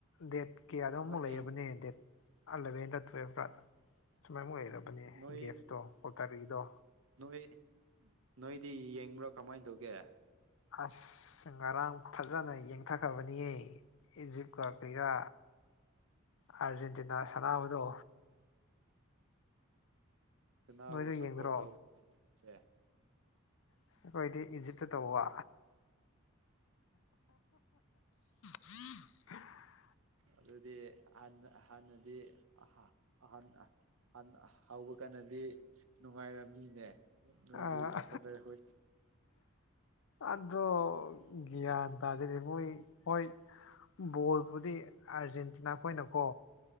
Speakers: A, on the left; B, on the right.
A: ꯗꯦꯠ ꯀꯌꯥꯗꯅꯣꯝ
B: ꯅꯣꯏ
A: ꯑꯃꯨꯛ ꯂꯩꯔꯕꯅꯦ ꯗꯦꯠ <unintelligible> ꯁꯨꯃꯥꯏꯃꯨꯛ ꯂꯩꯔꯕꯅꯦ
B: ꯅꯣꯏ
A: ꯒꯦꯞꯇꯣ ꯀꯜꯇꯥꯔꯤꯗꯣ
B: ꯅꯣꯏ ꯅꯣꯏꯗꯤ ꯌꯦꯡꯕ꯭ꯔꯥ ꯀꯃꯥꯏꯅ ꯇꯧꯒꯦ
A: ꯑꯁ ꯉꯔꯥꯡ ꯐꯖꯅ ꯌꯦꯡ- ꯊꯈ꯭ꯔꯕꯅꯤꯌꯦ ꯏꯖꯤꯞꯀꯥ <unintelligible> ꯑꯥꯔꯖꯦꯟꯇꯤꯅꯥ ꯁꯥꯟꯅꯥꯕꯗꯣ
B: ꯀꯅꯥꯕꯨ
A: ꯅꯣꯏꯁꯨ
B: ꯁꯥꯄꯣꯔꯠ
A: ꯌꯦꯡꯗ꯭ꯔꯣ
B: ꯇꯧꯕ꯭ꯔꯥ ꯅꯪꯁꯦ
A: ꯑꯁ ꯈꯣꯏꯗꯤ ꯏꯖꯤꯞꯇ ꯇꯧꯕ <unintelligible>
B: ꯑꯗꯨꯗꯤ ꯍꯥꯟꯅ ꯍꯥꯟꯅꯗꯤ <unintelligible> ꯍꯤꯟꯅ ꯍꯧꯕ ꯀꯥꯟꯗꯗꯤ ꯅꯨꯡꯉꯥꯏꯔꯝꯅꯤꯅꯦ ꯅꯣꯏꯒꯤ
A: ꯑꯥ
B: ꯁꯞꯄꯣꯔꯇꯔ ꯑꯩꯈꯣꯏ
A: ꯑꯗꯣ ꯒ꯭ꯌꯥꯟ ꯇꯥꯗꯅꯦ ꯃꯣꯏ ꯍꯣꯏ ꯕꯣꯜꯕꯨꯗꯤ ꯑꯥꯔꯖꯦꯟꯇꯤꯅꯥ ꯈꯣꯏꯅꯀꯣ